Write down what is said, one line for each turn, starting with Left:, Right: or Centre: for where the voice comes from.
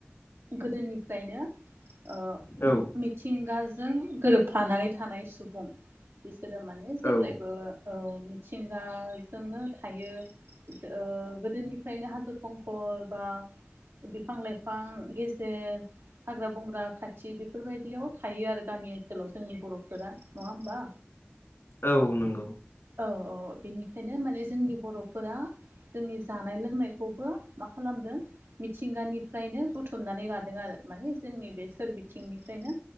Right: गोदोनिफ्रायनो ओ
Left: औ।
Right: मिथिंगाजों गोरोबफानानै थानाय सुबुं बिसोरो माने जेब्लायबो
Left: औ
Right: औ मिथिंगाजोंनो थायो। ओ-गोदोनिफ्रायनो हाजो खंखर बा बिफां लाइफां गेजेर हाग्रा बंग्रा खाथि बेफोरबायदियाव थायो आरो। गामि ओनसोलाव जोंनि बर'फोरा नङा होमबा?
Left: औ नंगौ।
Right: औ औ बेनिखायनो माने जोंनि बर'फोरा जोंनि जानाय लोंनायखौबो मा खालामदों? मिथिंगानिफ्रायनो बुथुमनानै लादों आरो माने जोंनि बे सोर बिथिंनिफ्रायनो